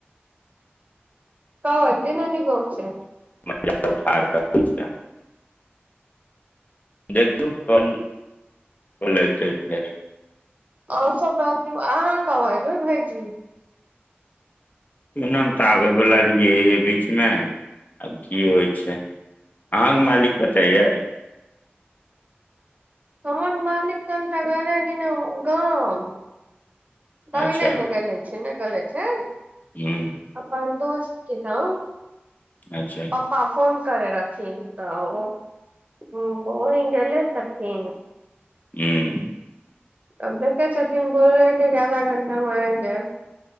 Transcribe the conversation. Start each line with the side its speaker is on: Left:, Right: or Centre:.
Right: कब एतै ननी गाँव से
Left: <unintelligible> देखू कल कल ऐतै फेर
Right: आओर सभ बाजू अहाँ कब अयबै भैईजी
Left: एनाम तऽ आबयवला रहियै बीचमे आब की होइ छै अहाँक मालिक कतय यए
Right: हमर मालिक कनीटा गेलै ही नै गाम <inaudible> बगले
Left: अच्छा
Right: मे गेले छै ने गले छै
Left: हूँ
Right: अपन दोस्त के गाम
Left: अच्छा हूँ
Right: पपा फोन करै रहथिन तऽ ओहि केने छलखिन
Left: हुं
Right: आब देखै छथिन बोल लकै जे आधा घण्टामे आइब जायब